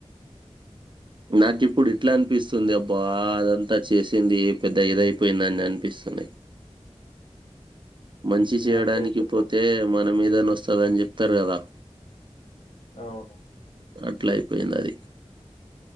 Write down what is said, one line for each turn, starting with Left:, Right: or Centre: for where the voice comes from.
Right: నాకి ఇప్పుడు ఇట్లా అనిపిస్తుంది అబ్బా అదంతా చేసింది పెద్ద ఇదయిపోయిందని అని అనిపిస్తుంది మంచి
Left: ఏ
Right: చేయడానికి
Left: అట్లా ఎందుకు
Right: పోతే మన మీదన వస్తదని చెప్తారు కదా
Left: అవును
Right: అట్లా అయిపోయిందది